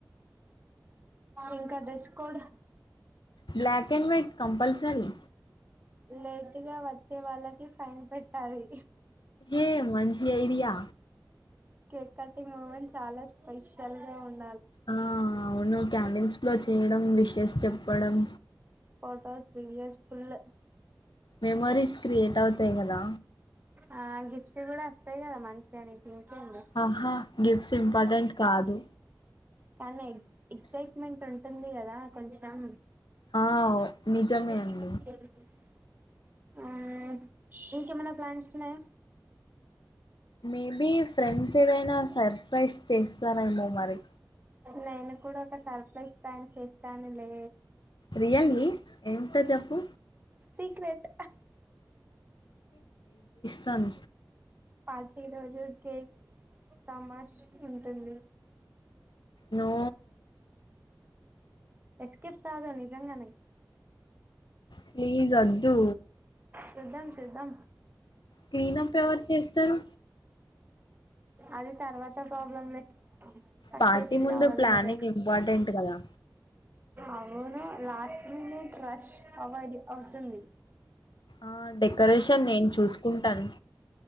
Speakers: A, on the right (about 25°); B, on the left (about 80°).
A: ఇంకా dress code
B: black and white compulsory
A: late గా వచ్చే వాళ్ళకి ఫైన్ పెట్టాలి
B: ఏ మంచి ఐడియా
A: కేక్ కటింగ్ మూమెంట్ చాలా స్పెషల్ గా ఉన్
B: ఆ అవును క్యాంటీన్స్ లో చేయడం ఇష్ చేసి చెప్పడం
A: photos videos full
B: memories create అవుతాయి కదా
A: ఆ గిఫ్ట్స్ కూడా వస్తాయి కదా మంచిగానే ఇంకేంది
B: ఆహా గిఫ్ట్స్ ఇంపార్టెంట్ కాదు
A: కానీ ఎ ఎగ్జైట్మెంట్ ఉంట ఉంటుంది కదా కొంచెం
B: ఆ
A: వ
B: నిజమే అండి
A: అవునా ఇంకేమైనా ప్లాన్స్ ఉన్నాయా
B: మేబి ఫ్రెండ్స్ ఏదైనా సర్ప్రైజ్ చేస్తారెమో మరి
A: నేను కూడా ఒక సర్ప్రైజ్ ప్లాన్ చేస్తాను లే
B: రియల్లీ ఏంటో చెప్పు
A: సీక్రెట్
B: సన్
A: పార్టీ రోజు కేక్ సమాష్ ఉంటుంది
B: నో
A: ఎస్కేప్ కాదు నిజంగానే
B: ప్లీజ్ వద్దు
A: చూద్దాం చూద్దాం
B: క్లీనప్ ఎవరు చేస్తారు
A: అది తర్వాత ప్రాబ్లమ్ లే ఫస్ట్
B: పార్టీ
A: అయితే ఇది
B: ముందు
A: కావాలి
B: ప్లానింగ్
A: కదా
B: ఇంపార్టెంట్ కదా
A: అవును లాస్ట్ లో ట్రష్ అవ్వాలి అవుతుంది
B: ఆ డెకరేషన్ నేను చూసు కుంటాను